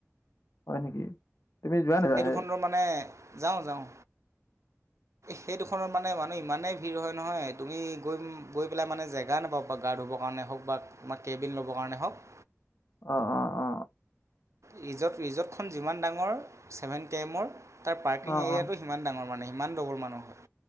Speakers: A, on the left; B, on the right.
A: হয় নেকি তুমি যোৱা নোযোৱা
B: এই দুখনৰ
A: সেই
B: মানে যাওঁ যাওঁ সেই দুখনত মানে মানুহ ইমানেই ভিৰ হয় নহয় তুমি গৈ গৈ পেলাই মানে জেগা নাপাব বা গা ধুবৰ কাৰণে হওক বা তোমাৰ কেবিন ল'ব কাৰণে হওক
A: অ অ অ
B: ৰিজৰ্ট ৰিজৰ্টখন যিমান ডাঙৰ ছেভেন কে এমৰ তাৰ পাৰ্কিং
A: অ
B: এৰিয়াটো
A: অ
B: সিমান ডাঙৰ মানে সিমান ডবল মানুহ হয়